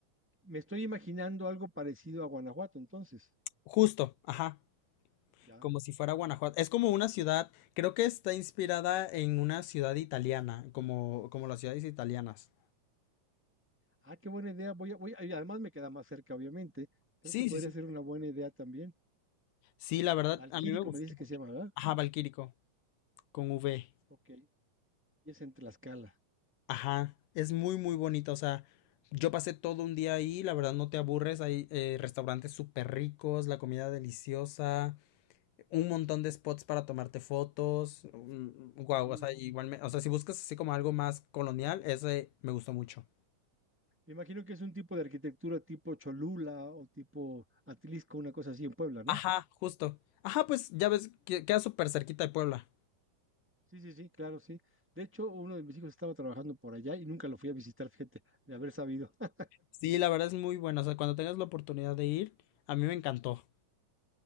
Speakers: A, in the centre; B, on the left.
A: me estoy imaginando algo parecido a Guanajuato, entonces,
B: Justo, ajá,
A: ya.
B: como si fuera Guanajuato. Es como una ciudad, creo que está inspirada en una ciudad italiana, como, como las ciudades italianas.
A: Ah, qué buena idea, voy a, voy a- y además me queda más cerca, obviamente. Creo
B: Sí,
A: que podría
B: sí, sí.
A: ser una buena idea también.
B: Sí, la verdad,
A: Valquírico
B: a mí me gustó.
A: me dice que se llama, ¿verdad?
B: Ajá, Valquírico, con V.
A: Ok, y es en Tlaxcala.
B: Ajá, es muy, muy bonita. O sea, yo pasé todo un día ahí, la verdad no te aburres. Hay eh, restaurantes súper ricos, la comida deliciosa, un montón de spots para tomarte fotos. Wow,
A: Ujú.
B: o sea, igual me- o sea, si buscas así como algo más colonial, ese me gustó mucho.
A: Me imagino que es un tipo de arquitectura tipo Cholula o tipo Atlisco, una cosa así en Puebla, ¿no?
B: Ajá, justo. Ajá, pues ya ves, que queda súper cerquita de Puebla.
A: Sí, sí, sí, claro, sí. De hecho, uno de mis hijos estaba trabajando por allá y nunca lo fui a visitar, fíjate, de haber sabido. <laughs>
B: Sí, la verdad es muy bueno. O sea, cuando tengas la oportunidad de ir, a mí me encantó.